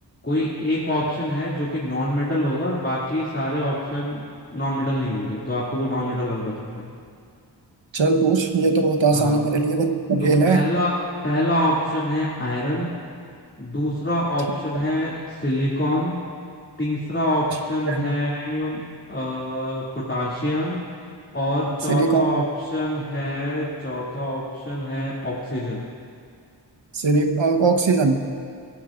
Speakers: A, on the left (about 25°); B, on the right (about 80°).
A: कोई एक ऑप्शन है जो कि नॉन मेटल होगा और बाकी सारे ऑप्शन नॉन मेटल नहीं होंगे तो आपको वो नॉन मेटल वाला बताना है
B: चल पूछ ये तो बहुत आसान
A: हाँ
B: है मेरे लिए बस
A: तो
B: खेल है
A: पहला पहला ऑप्शन है आयरन दूसरा ऑप्शन
B: ठीक
A: है
B: है
A: सिलिकॉन तीसरा ऑप्शन
B: ठीक है
A: है पोटाशियम और चौथा
B: सिलिकॉन
A: ऑप्शन है चौथा ऑप्शन है ऑक्सीजन
B: सिलिक ऑक्सीजन